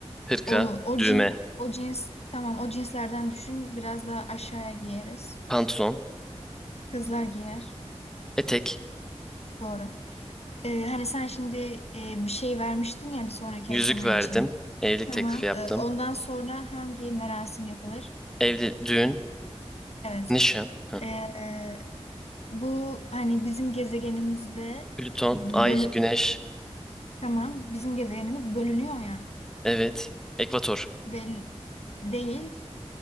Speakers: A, in the centre; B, on the left.
A: Hırka,
B: O, o
A: düğme,
B: cin, o cins tamam o cinslerden düşün. Biraz daha aşağıya giyeriz.
A: pantolon,
B: Kızlar giyer.
A: etek.
B: Doğru. Ee, hani sen şimdi e, bir şey vermiştin ya bir sonraki
A: Yüzük
B: aşama
A: verdim.
B: için.
A: Evlilik teklifi
B: Tamam.
A: yaptım.
B: Ee, ondan sonra hangi merasim yapılır?
A: Evli, düğün,
B: Evet.
A: nişan, hı.
B: Ee, bu hani bizim gezegenimizde
A: Plüton,
B: bölü
A: ay, güneş,
B: tamam bizim gezegenimiz bölünüyor ya
A: evet, ekvator,
B: bel değil